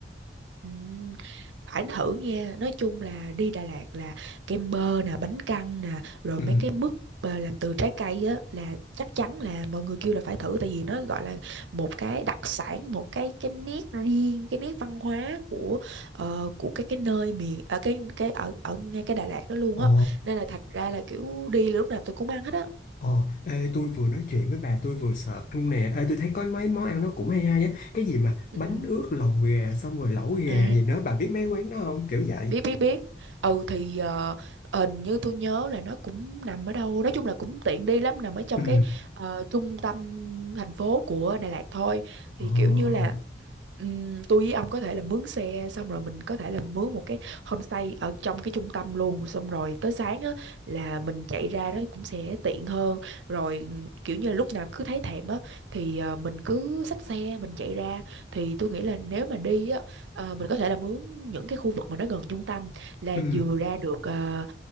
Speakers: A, on the right; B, on the left.
A: Ừm, phải thử nha nói chung là đi Đà Lạt là kem bơ nè bánh căn nè rồi
B: Ừ.
A: mấy cái mứt ờ, làm từ trái cây á là chắc chắn là mọi người kêu là phải thử tại vì nó gọi là một cái đặc sản một cái cái nét riêng cái nét văn hóa của ờ, của cái cái nơi miền ở cái cái ở ở ngay cái Đà Lạt đó luôn
B: ờ
A: á nên là thật ra là kiểu đi lúc nào tôi cũng ăn hết á
B: ờ ê tôi vừa nói chuyện với bà tôi vừa sợt luôn nè ê tôi thấy có mấy món ăn nó cũng hay hay á cái gì mà
A: Ừm.
B: bánh ướt lòng gà xong rồi lẩu gà
A: À
B: gì nữa bà biết mấy quán đó không kiểu vậy
A: biết biết biết ừ thì ờ, hình như tôi nhớ là nó cũng nằm ở đâu nói chung là cũng tiện đi lắm nằm ở trong
B: Ừ.
A: cái ờ, trung tâm thành phố của Đà Lạt thôi thì
B: ờ
A: kiểu như là ừm, tôi với ông có thể là mướn xe xong rồi mình có thể là mướn một cái homestay ở trong cái trung tâm luôn xong rồi tới sáng á là mình chạy ra nó cũng sẽ tiện hơn rồi ừm, kiểu như là lúc nào cứ thấy thèm á thì ờ, mình cứ xách xe mình chạy ra thì tôi nghĩ là nếu mà đi á Ờ, mình có thể là mướn những cái khu vực mà nó gần trung tâm là
B: Ừ.
A: vừa ra được ờ,